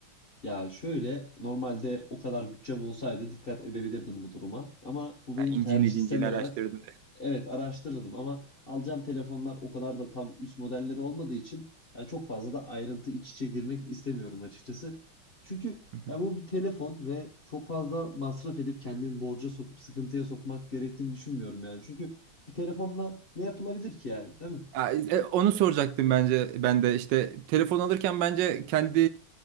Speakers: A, on the left; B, on the right.
A: ya şöyle normalde o kadar bütçem olsaydı dikkat edebilirdim bu duruma ama bu benim
B: Yani
A: tercihsel
B: İnciğini cinciğini
A: olarak
B: araştırdım.
A: Evet araştırırdım ama alacağım telefonlar o kadar da tam üst modelleri olmadığı için yani çok fazla da ayrıntı iç içe girmek istemiyorum açıkçası. Çünkü
B: Hı hı.
A: ya bu bir telefon ve çok fazla masraf edip kendimi borca sokup sıkıntıya sokmak gerektiğini düşünmüyorum yani. Çünkü bir telefonla ne yapılabilir ki yani, değil mi?
B: Ya, e, onu soracaktım bence ben de işte telefon alırken bence kendi